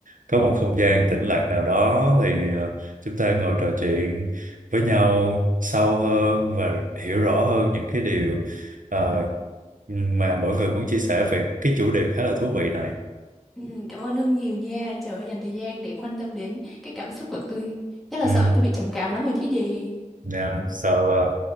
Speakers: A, on the right (about 85°); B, in the centre.
A: có một không gian tĩnh lặng nào đó thì ờ, chúng ta ngồi trò chuyện với nhau sâu hơn và hiểu rõ hơn những cái điều ờ, mà mỗi người muốn chia sẻ về cái chủ đề khá là thú vị này.
B: Ừ, cảm ơn Hưng nhiều nha. Trời ơi, dành thời gian để quan tâm đến cái cảm xúc của tôi. Chắc là
A: Ừ.
B: sợ tôi bị trầm cảm lắm rồi chứ gì.
A: Dạ, sợ là